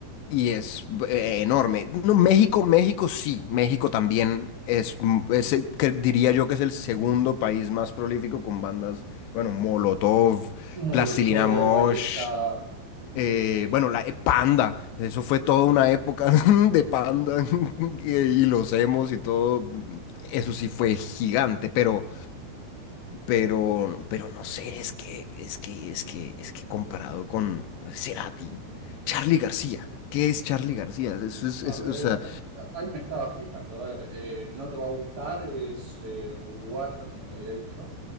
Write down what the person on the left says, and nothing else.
y es eh, enorme. No, México, México sí, México también es, mm, es, eh, que diría yo que es el segundo país más prolífico con bandas, bueno, Molotov,
Plastilina Mosh,
eh,
bueno, la eh, Panda, eso fue toda una época <laughs> de Panda <laughs> y, y los emos y todo, eso sí fue gigante, pero... Pero, pero no sé, es que, es que, es que, es que comparado con Cerati, Charly García, ¿qué es Charly García? Eso es,
es-
o sea,